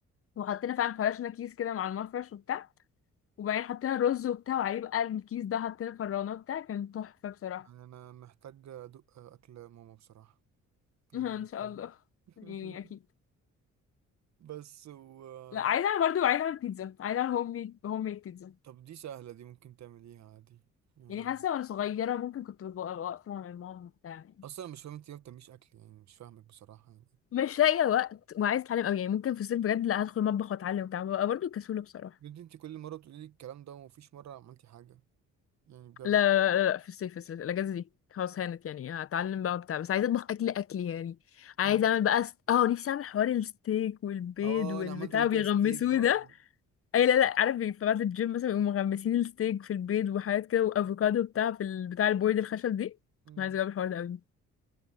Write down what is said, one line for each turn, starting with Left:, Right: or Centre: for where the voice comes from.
Left: وحطينا فعلا فرشنا كيس كده مع المفرش وبتاع وبعدين حطينا رز وبتاع وعليه بقى الكيس ده حطينا فرانه وبتاع كان تحفه بصراحه
Right: يعني انا محتاج ادوق اكل ماما بصراحة
Left: <laughs>
Right: يعني
Left: ان
Right: محتاج
Left: شاء الله
Right: <laughs>
Left: يعني اكيد
Right: بس و
Left: لا عايزه اعمل برضه عايزه اعمل بيتزا عايزه اعمل هوم ميد هوم ميد بيتزا
Right: طب دي سهلة دي ممكن تعمليها عادي يعني
Left: يعني حاسه وانا صغيره ممكن كنت ببقى واقفه مع ماما وبتاع يعني
Right: اصلا أنا مش فاهم انت ليه ما بتعمليش اكل يعني مش فاهمك بصراحة يعني
Left: مش لاقيه وقت وعايزه اتعلم قوي يعني ممكن في الصيف بجد لا هدخل مطبخ واتعلم وبتاع ببقى برضه كسوله بصراحه
Right: بجد انت كل مرة بتقولي لي الكلام ده ومفيش مرة عملتي حاجة يعني بجد
Left: لا لا لا لا، في الصيف في الصيف الاجازه دي خلاص هانت يعني هتعلم بقى وبتاع بس عايزه اطبخ اكل اكل يعني عايزه
Right: مم.
Left: اعمل بقى س... اه نفسي اعمل حوار الستيك والبيض
Right: اه
Left: والبتاع
Right: انا عملت قبل كده
Left: بيغمسوه
Right: ستيك برضو
Left: ده اي لا لا عارف في بعد الجيم مثلا بيقوموا مغمسين الستيك في البيض وحاجات كده وافوكادو بتاع في ال- بتاع البورد الخشب دي
Right: مم.
Left: انا عايزه اجرب الحوار ده قوي